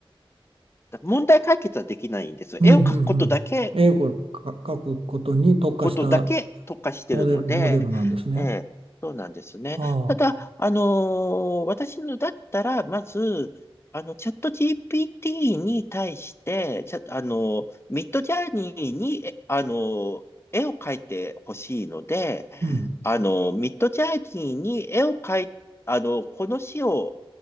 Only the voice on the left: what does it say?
だから問題解決はできないんですよ。
絵を描くことだけ
ことだけ特化してるので、
ええ、そうなんですね。
ただ、あのー私のだったら、まず、あの、チャット GPT に対して、チャ、あのーミッドジャーニーに、えあのー絵を描いてほしいので、
あのーミッドジャーニーに絵を描い、あのーこの詩を